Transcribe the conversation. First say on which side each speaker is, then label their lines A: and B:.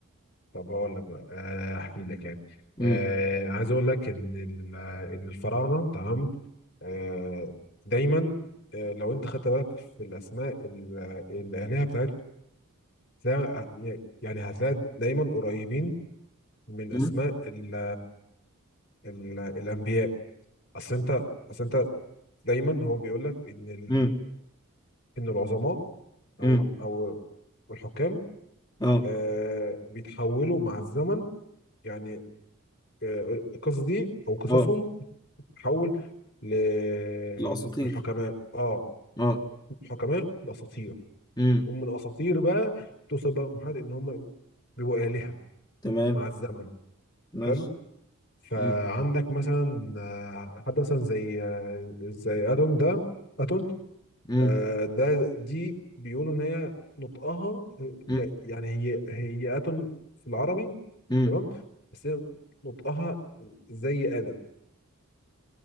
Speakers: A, on the left; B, on the left.
A: طب هقول لك بقى آه، احكي لك يعني
B: امم
A: آه... عايز اقول لك ان ال... ان الفراعنه تمام آه... دايما آه، لو انت خدت بالك في الاسماء ال- الالهه بتاعتهم تلاقي- يعني هتلاقي دايما قريبين من اسماء
B: امم
A: ال ال الانبياء اصل انت اصل انت دايما هو بيقول لك ان ال
B: امم
A: ان العظماء او
B: امم
A: او الحكام
B: اه
A: آه بيتحولوا مع الزمن يعني آه القصص دي او قصصهم
B: اه
A: بتتحول ل-
B: الاساطير
A: للحكماء اه
B: اه
A: الحكماء لاساطير
B: امم
A: ومن اساطير بقى توصل بقى لمرحله ان هم بيبقوا آلهة
B: تمام
A: مع الزمن
B: ماشي
A: حلو فعندك
B: امم
A: مثلا آه، حد مثلا زي آه، زي اتون ده اتون
B: امم
A: آه، ده دي بيقولوا ان هي نطقها هي-
B: امم
A: يعني هي هي اتون في العربي
B: امم
A: تمام بس هي نطقها زي ادم